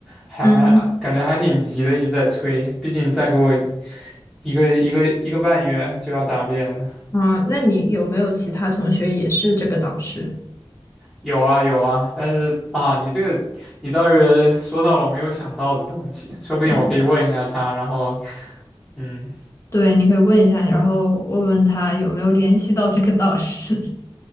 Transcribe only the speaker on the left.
<laughs> 嗯，
啊，那你有没有其他同学也是这个导师？
对
对，你可以问一下，然后问问他有没有联系到这个导师。<laughs>